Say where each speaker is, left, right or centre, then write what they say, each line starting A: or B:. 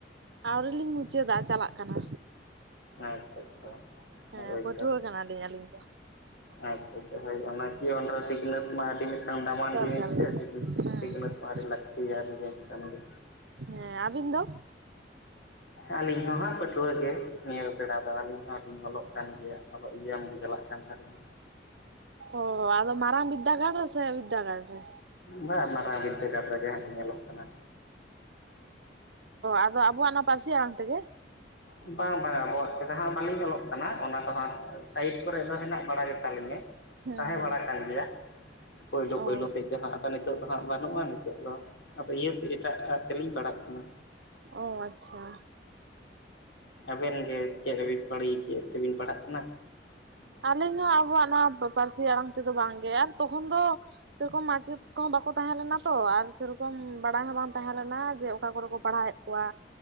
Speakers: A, on the right (about 75°); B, on the left (about 75°).
A: ᱟᱹᱣᱨᱤ ᱞᱤᱧ ᱢᱩᱪᱟᱹᱫᱟ ᱪᱟᱞᱟᱜ ᱠᱟᱱᱟ᱾
B: ᱟᱪᱪᱷᱟ ᱟᱪᱪᱷᱟ
A: ᱦᱮᱸ
B: ᱦᱳᱭᱛᱚ
A: ᱯᱟᱹᱴᱷᱩᱣᱟᱹ ᱠᱟᱱᱟ ᱞᱤᱧ ᱟᱹᱞᱤᱧ ᱫᱚ᱾
B: ᱟᱪᱪᱷᱟ ᱟᱪᱪᱷᱟ ᱦᱳᱭ ᱚᱱᱟ ᱡᱤᱭᱚᱱ ᱨᱮ ᱥᱤᱠᱷᱱᱟᱹᱛ ᱢᱟ ᱟᱹᱰᱤ ᱢᱤᱫᱴᱟᱝ ᱫᱟᱢᱟᱱ
A: ᱫᱚᱨᱠᱟᱨ
B: ᱡᱤᱱᱤᱥ ᱥᱮ
A: ᱜᱮ
B: ᱥᱤᱠᱷᱱᱟᱹᱛ
A: ᱦᱮᱸ ᱦᱮᱸ
B: ᱥᱤᱠᱷᱱᱟᱹᱛ ᱟᱹᱰᱤ ᱞᱟᱜᱽᱛᱤᱟᱱ ᱡᱤᱱᱤᱥ ᱠᱟᱱ ᱜᱮ
A: ᱦᱮᱸ ᱟᱵᱤᱱ ᱫᱚ
B: ᱟᱹᱞᱤᱧ ᱦᱚᱸ ᱦᱟᱸᱜ ᱯᱟᱹᱴᱷᱩᱣᱟᱹ ᱜᱮ ᱱᱤᱭᱟᱹ ᱵᱮᱲᱟ ᱫᱚ ᱟᱹᱞᱤᱧ ᱦᱚᱸᱞᱤᱧ ᱚᱞᱚᱜ ᱠᱟᱱ ᱜᱮᱭᱟ ᱟᱵᱚᱣᱟᱜ ᱮᱠᱡᱟᱢ ᱜᱮ ᱪᱟᱞᱟᱜ ᱠᱟᱱ ᱠᱷᱟᱡ ᱫᱚ
A: ᱚ ᱟᱫᱚ ᱢᱟᱨᱟᱝ ᱵᱤᱨᱫᱟᱜᱟᱲ ᱨᱮ ᱥᱮ ᱵᱤᱨᱫᱟᱜᱟᱲ ᱨᱮ
B: ᱵᱟᱝ ᱢᱟᱨᱟᱝ ᱵᱤᱨᱫᱟᱹᱜᱟᱲ ᱨᱮᱜᱮ ᱦᱟᱸᱜ ᱤᱧ ᱚᱞᱚᱜ ᱠᱟᱱᱟ᱾
A: ᱟᱫᱚ ᱟᱵᱚᱣᱟᱜ ᱚᱱᱟ ᱯᱟᱹᱨᱥᱤ ᱟᱲᱟᱝ ᱛᱮᱜᱮ
B: ᱵᱟᱝ ᱵᱟᱝ ᱟᱵᱚᱣᱟᱜ ᱛᱮᱫᱚ ᱦᱟᱸᱜ ᱵᱟᱹᱞᱤᱧ ᱚᱞᱚᱜ ᱠᱟᱱᱟ ᱚᱱᱟ ᱫᱚ ᱦᱟᱸᱜ ᱥᱟᱭᱤᱰ ᱠᱚᱨᱮ ᱫᱚ ᱦᱮᱱᱟᱜ ᱵᱟᱲᱟ ᱜᱮᱛᱟ ᱞᱤᱧᱟᱹ᱾
A: ᱦᱮᱸ
B: ᱛᱟᱦᱮᱸ
A: ᱦᱮᱸ
B: ᱵᱟᱲᱟ ᱠᱟᱱ ᱜᱮᱭᱟ ᱯᱳᱭᱞᱳ ᱯᱳᱭᱞᱳ
A: ᱚ
B: ᱥᱮᱫ ᱫᱚ ᱦᱟᱸᱜ <unintelligible> ᱱᱤᱛᱚᱜ ᱫᱚ ᱦᱟᱸᱜ ᱵᱟᱹᱱᱩᱜᱼᱟ ᱱᱤᱛᱚᱜ ᱫᱚ ᱟᱫᱚ ᱤᱭᱟᱹᱛᱮ ᱮᱴᱟᱜ ᱟ ᱛᱮᱞᱤᱧ ᱯᱟᱲᱦᱟᱜ ᱠᱟᱱᱟ᱾
A: ᱚ ᱟᱪᱪᱷᱟ
B: ᱟᱵᱮᱱ ᱜᱮ ᱪᱮᱫ ᱨᱮᱵᱤᱱ ᱪᱮᱫ ᱛᱤᱵᱤᱱ ᱯᱟᱲᱦᱟᱜ ᱠᱟᱱᱟ᱾
A: ᱟᱹᱞᱤᱧ ᱦᱚᱸ ᱟᱵᱚᱣᱟᱜ ᱱᱚᱣᱟ ᱯᱟᱹᱨᱥᱤ ᱟᱲᱟᱝ ᱛᱮᱫᱚ ᱵᱟᱝᱜᱮ ᱛᱚᱠᱷᱚᱱ ᱫᱚ ᱥᱮᱨᱚᱠᱚᱢ ᱢᱟᱪᱮᱫ ᱠᱚᱦᱚᱸ ᱵᱟᱠᱚ ᱛᱟᱦᱮᱸ ᱞᱮᱱᱟ ᱛᱚ ᱟᱨ ᱥᱮᱨᱚᱠᱚᱢ ᱵᱟᱲᱟᱭ ᱦᱚᱸ ᱵᱟᱝ ᱛᱟᱦᱮᱸ ᱞᱮᱱᱟ ᱡᱮ ᱚᱠᱟ ᱠᱚᱨᱮ ᱠᱚ ᱯᱟᱲᱦᱟᱣᱮᱫ ᱠᱚᱣᱟ᱾